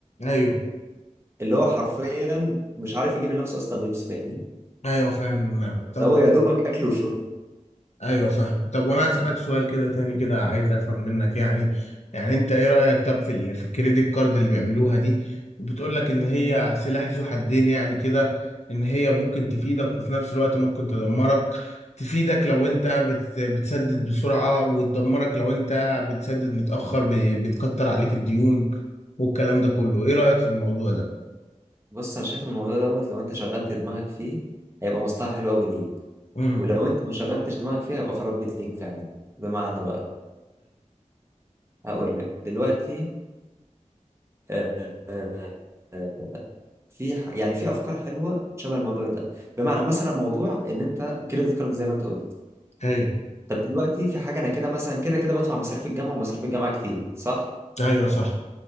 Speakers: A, on the left; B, on the right.
A: ايوه
B: اللي هو حرفيا مش عارف يجيب لنفسه اصلا لبس فاهمني
A: ايوه فاهم دماغك طب
B: ده هو
A: و-
B: يا دوبك اكل وشرب
A: ايوه فاهم طب وانا اسالك سؤال كده تاني كده عايز افهم منك يعني يعني انت ايه رايك طب في ال... في الكريدت كارد اللي بيعملوها دي بتقول لك ان هي سلاح ذو حدين يعني كده ان هي ممكن تفيدك وفي نفس الوقت ممكن تدمرك تفيدك لو انت بت... بتسدد بسرعه وتدمرك لو انت بتسدد متاخر ب... بتكتر عليك الديون والكلام ده كله ايه رايك في الموضوع ده
B: بص انا شايف إن الموضوع دوت لو انت شغلت دماغك فيه هيبقى مصلحه حلوه قوي ليك
A: امم
B: ولو انت ما شغلتش دماغك فيه هيبقى خراب بيت ليك فعلا بمعنى بقى هقول لك دلوقتي آه، آه، آه، في ح- يعني في افكار حلوه شبه الموضوع ده بمعنى مثلا موضوع ان انت الكريدت كارد زي ما انت قلت
A: ايوه
B: طب دلوقتي في حاجه انا كده مثلا كده كده بدفع مصاريف الجامعه ومصاريف الجامعه كتير صح
A: ايوه صح